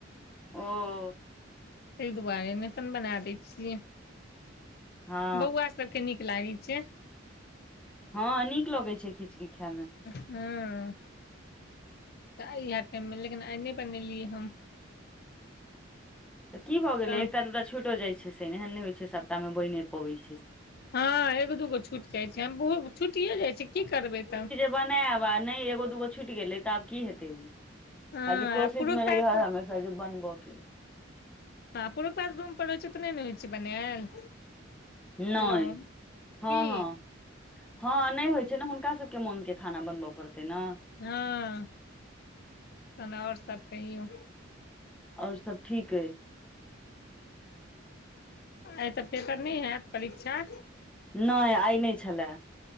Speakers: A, in the centre; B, on the left (about 50°).
A: ओ।
B: ताहि दुआरे नै तहन बना दै छियै,
A: हँ
B: बौआ। सभके निक लागै छै।
A: हँं, निक लगैत छै, खिचड़ी खायमे।
B: हँ। इएह टाइममे, लेकिन आइने बनेलियै हम।
A: तऽ की भऽ गेलै
B: तऽ
A: एकटा दूटा छुटो जाइत छै, से एहन नहि होइ छै, सप्ताहमे बनि पबैत छै।
B: हँ, एक दूगो छुटि जाइ छै, हम छुटि जाइ छै कि करबै तऽ।
A: बनैब आ नहि एगो दूगो छुट गेले तऽ आब कि हेतै
B: हँ
A: खाली कोशिशमे
B: आ पुरुख पात
A: रहि। कहे छै बनकेँ <unintelligible>
B: आ, पुरुखा पट होइ छै, तऽ नहि ने होइ छै बनायल।
A: नहि,
B: हेलो
A: हँ,
B: की
A: हँ। हँ, नहि होइ छै, ने हुनका सभके मोन‌के खाना बनबय पड़तै ने।
B: हँ, तहन आओर सभ कहियो?
A: आओर सभ ठीक आइ।
B: एतऽ तऽ पेपर नहि होयत परीक्षा।
A: नहि आइ नहि छलै,